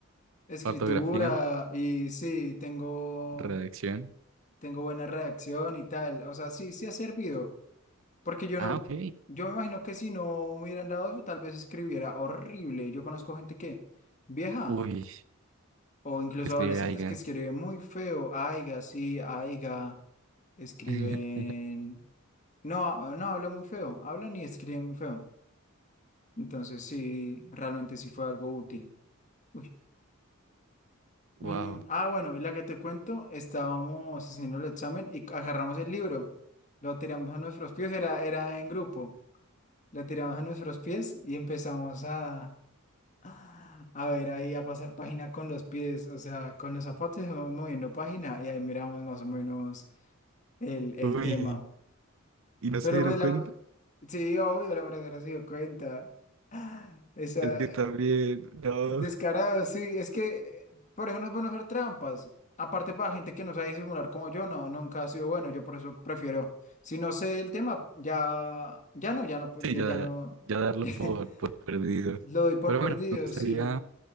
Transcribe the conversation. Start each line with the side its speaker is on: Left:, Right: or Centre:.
Left: escritura
Right: Ortografía,
Left: y sí tengo,
Right: redacción.
Left: tengo buena redacción y tal. O sea, sí, sí ha servido. Porque yo
Right: Ah,
Left: no,
Right: ok.
Left: yo me imagino que si no me hubieran dado eso, tal vez escribiera horrible. Yo conozco gente que, vieja,
Right: Uy,
Left: o incluso
Right: que escribe
Left: adolescentes
Right: Aigan.
Left: que escriben muy feo. Aiga, sí, aiga. Escriben.
Right: <laughs>
Left: No, no habla muy feo. Hablan y escriben muy feo. Entonces, sí, realmente sí fue algo útil. Uy.
Right: Wow.
Left: Mm, ah, bueno, y la que te cuento, estábamos haciendo el examen y agarramos el libro, lo tiramos a nuestros pies, era, era en grupo, lo tiramos a nuestros pies y empezamos a, a ver ahí, a pasar página con los pies, o sea, con los zapatos íbamos moviendo página y ahí miramos más o menos el, el
Right: Uy,
Left: tema.
Right: ¿y no se
Left: Pero
Right: dieron
Left: pues
Right: cuenta?
Left: la, sí, obvio, la profesora se dio cuenta. Esa,
Right: Es que también, no.
Left: Descarado, sí, es que eh, por eso no es bueno hacer trampas. Aparte, para gente que no sabe disimular como yo, no, nunca ha sido bueno. Yo por eso prefiero, si no sé el tema, ya, ya no, ya no,
Right: Sí,
Left: ya,
Right: ya,
Left: ya no,
Right: ya darlo
Left: <laughs>
Right: por, por perdido.
Left: lo doy por
Right: Pero
Left: perdido,
Right: bueno, me gustaría.
Left: sí.